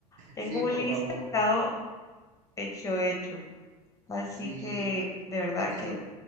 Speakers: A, on the left; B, on the right.
A: Tengo
B: Sí, por
A: un listado
B: favor.
A: hecho, hecho. Así
B: Sí,
A: que,
B: a-
A: de verdad
B: antes
A: que...
B: lo,